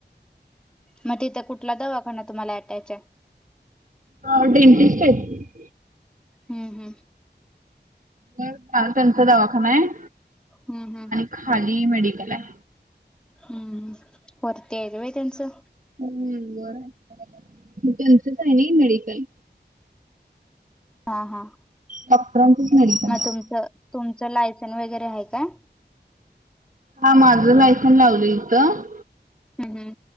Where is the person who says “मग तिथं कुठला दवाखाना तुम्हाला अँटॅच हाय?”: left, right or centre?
Centre